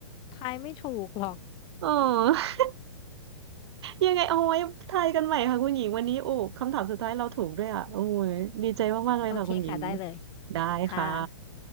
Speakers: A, on the left; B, on the right.
A: ทายไม่ถูกหรอก
B: เออ ยังไงเอาไว้ทายกันใหม่ค่ะคุณหญิงวันนี้โอ้คำถามสุดท้ายเราถูกด้วยอ่ะโอ้ยดีใจมากๆเลยค่ะคุณหญิง
A: โอเคค่ะได้เลย
B: ได้ค่ะ
A: ค่ะ